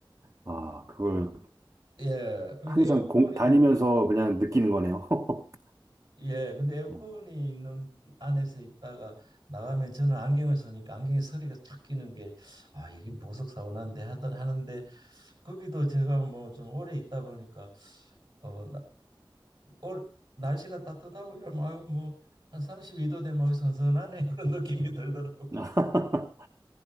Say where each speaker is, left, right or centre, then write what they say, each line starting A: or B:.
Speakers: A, on the right; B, on the right.
A: 아, 그걸
B: 예. 그러니까
A: 항상
B: 에어컨이
A: 공, 다니면서 그냥 느끼는 거네요. <laughs>
B: 예, 근데 에어컨이
A: 어.
B: 있는 안에서 있다가 나가면 저는 안경을 쓰니까 안경에 서리가 착 끼는 게, 아, 이게 보석 사원한데 하던 하는데 거기도 제가 뭐 좀 오래 있다 보니까 어, 나, 올- 날씨가 따뜻하고 이러면 아유 뭐한 32도 되면 아유, 선선하네 <laughs> 그런 느낌이 들더라고요.
A: <laughs>